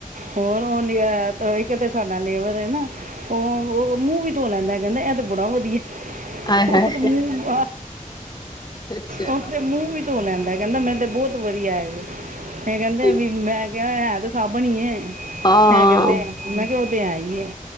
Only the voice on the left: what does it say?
ਆਏ ਹਾਏ
ਅੱਛਾ
ਠੀਕ।
ਹਾਂ